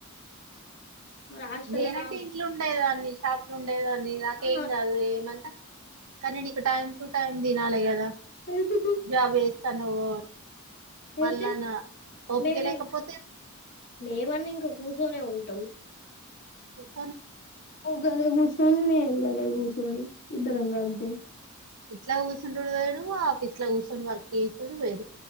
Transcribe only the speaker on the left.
మరి హాస్టల్ల
నాకు
ఆహా
ఎందుకు
అయితే
మేమి
మేమన్నా ఇంక కూర్చొనే ఉంటాం
గద గుసన్న గద <unintelligible> తోని ఇద్దరంగా అంతే